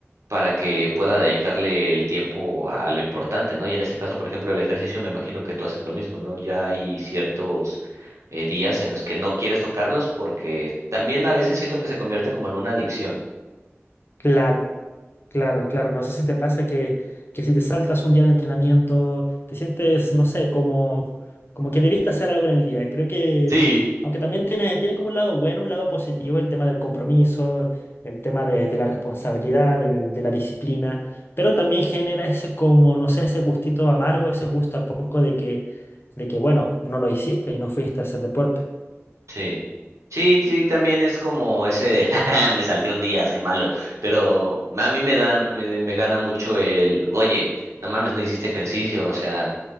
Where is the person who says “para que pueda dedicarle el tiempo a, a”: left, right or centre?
Right